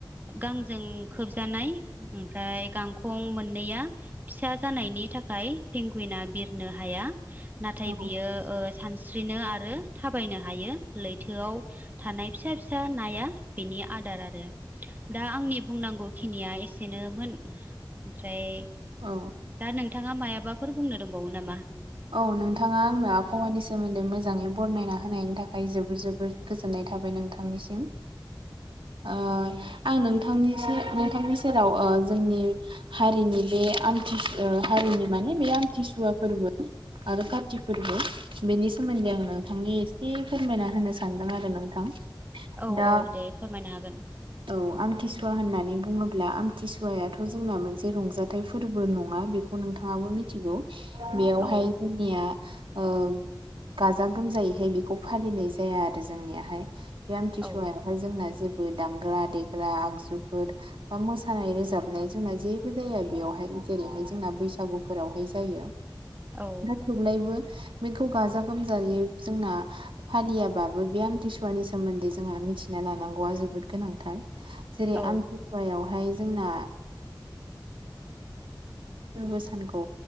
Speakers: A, on the right; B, on the right.
A: गांजों खोबजानाय ओमफ्राय गांखं मोननैया फिसा जानायनि था खाय पेंगुइना बिरनो हाया नाथाय
B: औ
A: बियो ओ सानस्रिनो आरो थाबायनो हायो लैथोआव थानाय फिसा फिसा नाया बेनि आदार आरो दा आंनि बुंनांगौ खिनिया एसेनोमोन ओमफ्राय
B: औ
A: दा नोंथाङा मायाबाफोर बुंनो दंबावो नामा?
B: औ नोंथाङा आंनो आबहावानि सोमोन्दै मोजाङै बरनायना होनायनि थाखाय जोबोर जोबोर गोजोननाय थाबाय नोंथांनिसिम ओ आं नोंथांनि नोंथांनि सेराव जोंनि हारिनि बे आमथिसु हारिनि माने बे आमथिसुवा फोरबो आरो कार्टि फोरबो बेनि सोमोन्दै आं नोंथांनि एसे फोरमायना होनो सानदों आरो नोंथां
A: औ
B: दा
A: औ दे फोरमायनो हागोन
B: औ आमथिसुवा होननानै बुङो ब्ला आमथिसुवायाथ' जोंना मोनसे रंजाथाइ फोरबो नङा बेखौ नोंथाङाबो मिथिगौ। बेयावहाय
A: औ
B: जोंनिया ओ गाजा गोमजायैहाय बेखौ फालिनाय जाया आरो जोंनियाहाय बे आमथिसुवायाव
A: औ
B: हाय जोंना जेबो दामग्रा देग्रा आगजुफोर बा मोसानाय रोजाबनाय जोंना जेबो जाया बेयावहाय जेरैहाय जोंना बैसागुफोरावहाय जायो
A: औ औ
B: थेवब्लायबो बेखौ गाजा गोमजायै जोंना फालियाबाबो बे आमथिसुवानि सोमोन्दै जोंहा मिथिना लानांगौवा जोबो गोनांथार जेरै
A: औ
B: आमथिसुवायावहाय जोंना फोरबो सानखौ